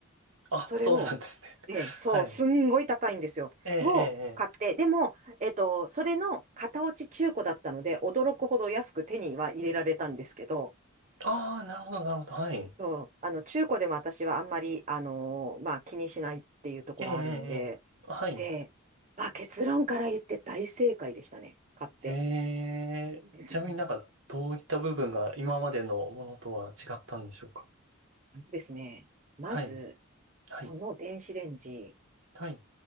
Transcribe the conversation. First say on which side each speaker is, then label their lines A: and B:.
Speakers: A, on the right; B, on the right.
A: あ、
B: それを、
A: そうなんですね。
B: ええ、
A: <laughs>
B: そう、
A: はい、
B: すんごい高いんですよ。
A: ええ、
B: を買って、
A: ええ、ええ
B: でも、えっと、それの型落ち中古だったので、驚くほど安く手には入れられたんですけど、
A: ああ、なるほどなるほど、はい。
B: そうあの中古でも私はあんまり、あのーまあ、気にしないっていうところあるんで、
A: ええ、ええ、ええはい。
B: で、まあ、結論から言って大正解でしたね、買って。
A: へえ、
B: う
A: ちなみになんか、どういった部分が今までのものとは違ったんでしょうか。
B: んですね、まず、
A: はい、はい、
B: その電子レンジ、
A: はい。